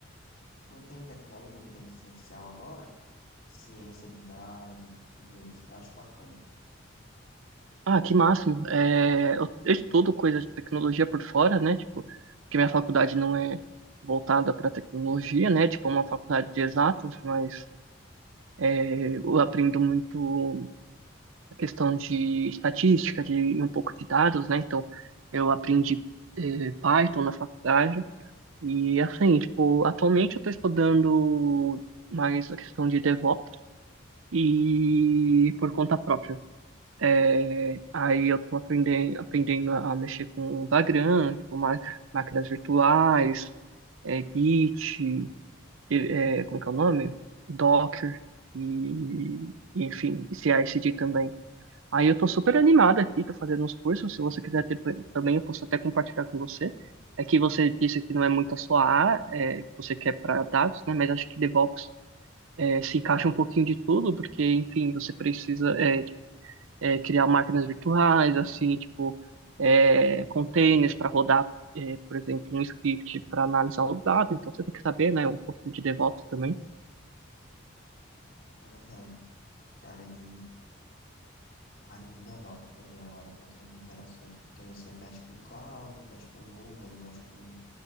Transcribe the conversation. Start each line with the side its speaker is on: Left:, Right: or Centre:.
Left: Não tem tecnólogo de inteligência artificial agora? Ciência de dados e tudo isso. Eu acho bacana,
Right: Ah, que máximo. É... Eu eu estudo coisas de tecnologia por fora, né? Tipo, porque minha faculdade não é voltada para tecnologia, né? Tipo, é uma faculdade de exatas, mas é, eu aprendo muito questão de estatística, de e um pouco de dados, né? Então, eu aprendi eh, Python na faculdade e assim, tipo, atualmente eu estou estudando mais a questão de DevOps e por conta própria. Eh, aí eu estou aprendendo, aprendendo a mexer com Vagrant, tipo, má- máquinas virtuais, eh, Git, eh, eh, como que é o nome? Docker e, enfim, CI/CD também. Aí eu tô super animado aqui, tô fazendo uns cursos. Se você quiser ter, também, eu posso até compartilhar com você. É que você disse que não é muito a sua área, é, que você quer para dados, né? Mas acho que DevOps é, se encaixa um pouquinho de tudo, porque, enfim, você precisa é, é, criar máquinas virtuais, assim, tipo, é, containers para rodar, é, por exemplo, um script para analisar o dado. Então você tem que saber, né? Um pouquinho de DevOps também.
Left: na verdade. Que a área de, a área de DevOps também é uma área bastante interessante, porque você mexe com cloud, mexe com nuvem, mexe com,